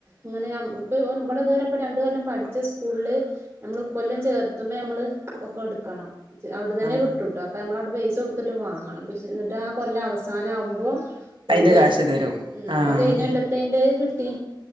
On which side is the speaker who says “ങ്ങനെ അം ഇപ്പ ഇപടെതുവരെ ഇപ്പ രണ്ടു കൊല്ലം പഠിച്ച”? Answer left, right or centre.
Right